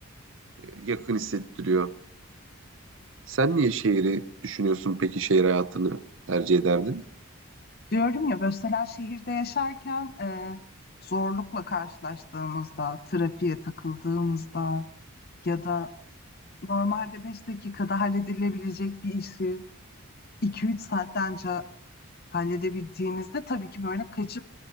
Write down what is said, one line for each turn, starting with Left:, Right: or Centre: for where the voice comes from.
Right: e, yakın hissettiriyor. Sen niye şehri düşünüyorsun peki şehir hayatını tercih ederdin?
Left: Diyorum ya mesela şehirde yaşarken e, zorlukla karşılaştığımızda, trafiğe takıldığımızda ya da normalde 5 dakikada halledilebilecek bir işi 2-3 saatlence halledebildiğimizde tabii ki böyle kaçıp